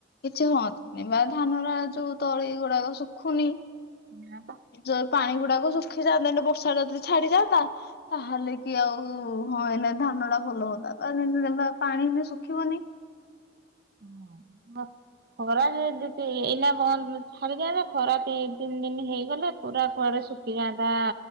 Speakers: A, on the left; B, on the right.
A: କିଛି ହୁଅନ୍ତାନି ବା ଧାନରା ଯୋଉ ତଳି ଗୁଡାକ ଶୁଖୁନି
B: ସେୟା ବା।
A: ଜୋର୍ ପାଣି ଗୁଡାକ ଶୁଖିଯାନ୍ତା, ଏଇନୁ ବର୍ଷାଟା ଯଦି ଛଡ଼ିଯାନ୍ତା ତାହେଲେ କି ଆଉ ହଁ ଏଇନା ଧାନଟା ଭଲ ହୁଅନ୍ତା। ତା <unintelligible> ପାଣି ବି ଶୁଖିବନି
B: ହଁ ହଁ। ଖରା ଯଦି ଏଇ ଦି ତି ଏଇନା ବନ୍ଦ ବ ଛାଡ଼ିଯାନ୍ତା, ଖରା ଦି ତିନି ଦିନ ହେଇଗଲେ, ପୁରା କୁଆଡେ ଶୁଖି ସେଇ ଗାଁ